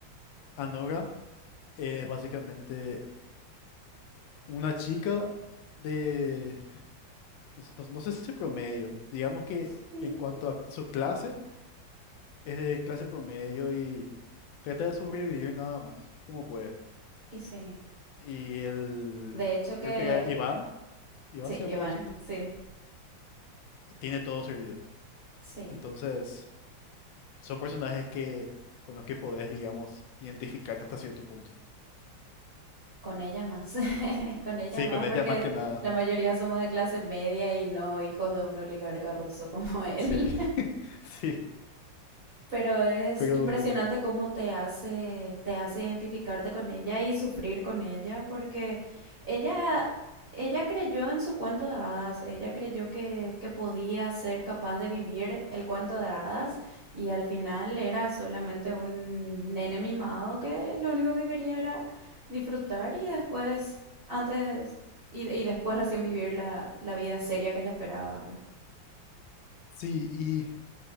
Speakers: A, on the left; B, on the right.
A: Anora es básicamente una chica de, no, no- no sé si promedio, digamos que
B: Sí,
A: en cuanto a su clase, es de clase promedio y trata de sobrevivir nada más, como puede.
B: y sí.
A: Y el,
B: De hecho que...
A: creo que era Iván, Iván
B: Sí,
A: se llamaba
B: Iván,
A: el chico,
B: sí,
A: tiene todo servido.
B: sí.
A: Entonces, son personajes que, con los que podés, digamos, identificarte hasta cierto punto.
B: Con ella más. <laughs> <laughs> Con ella
A: Sí,
B: más,
A: con ella
B: porque
A: más que nada,
B: la mayoría somos de clase media y no hijos de un oligarca ruso como él.
A: sí, <laughs> sí,
B: Pero es
A: pero...
B: impresionante cómo te hace, te hace identificarte con ella y sufrir con ella, porque ella, ella creyó en su cuento de hadas, ella creyó que, que podía ser capaz de vivir el cuento de hadas y al final era solamente un nene mimado que lo único que quería era disfrutar y después, antes, y, y después recién vivir la, la vida seria que le esperaba, ¿verdad?
A: Sí, y